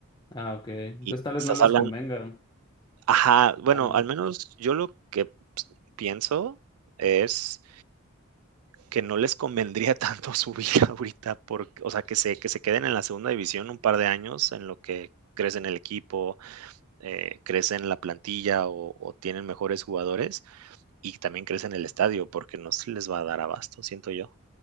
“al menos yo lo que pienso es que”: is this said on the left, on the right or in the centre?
Right